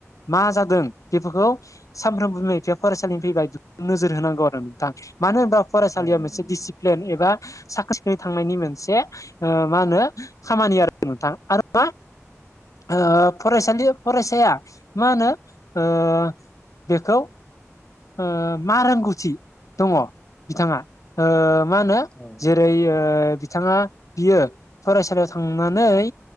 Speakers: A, on the left; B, on the left.
A: मा जादों बेफोरखौ सानफ्रोमबो बिमा बिफाया फरायसालिनि फैबाय बेफोरखौ नोजोर होनांगौ आरो नोंथां मानो होनबा फरायसालियाव
B: औ नंगौ
A: मोनसे
B: नोंथां
A: दिसिप्लेन एबा साखोन सिखोनै थांनायनि मोनसे मा ओ होनो खामानि आरो नोंथां आरो मा ओ फरायसालि फरायसाया मा होनो ओ बेखौ ओ मा रोंगौथि दङ बिथाङा मा होनो
B: औ
A: जेरै बिथाङा बियो फरायसालियाव थांनानै